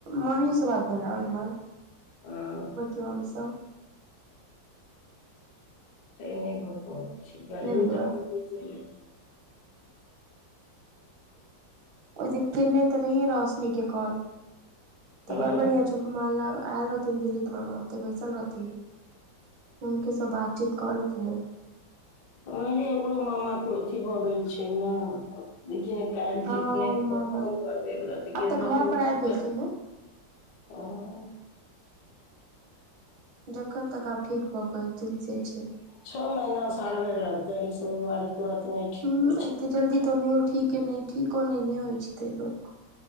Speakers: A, on the right (about 75°); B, on the left (about 65°).
A: मामी से बात भेल रहे ओइमे?
B: हँ
A: बड़की मामी से?
B: तांइऽ नहि भऽ पबैत छै, गरमी
A: नहि भेलहुँ
B: तते
A: हँ
B: होइ छै जे।
A: ओहि दिन केने तऽ रहियै रोशनी के कॉल,
B: हँ
A: तऽ बड़ बढ़िया महल्ला आयल रहथिन दिलीप मामा, ओतऽ बैसल रहथिन। हुनके सँ बातचीत करैत छलियनि।
B: ओनहिये ओकरो मामाके के अथी भऽ गेल छै ने? देखियौ काल्हि
A: हँ
B: ठीक नहि
A: ओ
B: हेतै
A: मामा
B: त, फोन करबै एक रति
A: आब
B: गेल
A: तऽ घर
B: रहथिन
A: पर
B: हॉस्पिटल।
A: आबि गेलखिन ने
B: हॅं।
A: जखन तक आब ठीक भऽ के एथिन से छै।
B: छअ महीना साल भर लगतै, इ सब बीमारी तुरन्त नहि ठीक
A: हूॅं,
B: होइ
A: एते
B: छै बेटा।
A: जल्दी त ओनहियो ठीके नहि, ठीको नहिये होइ छै, तइयो।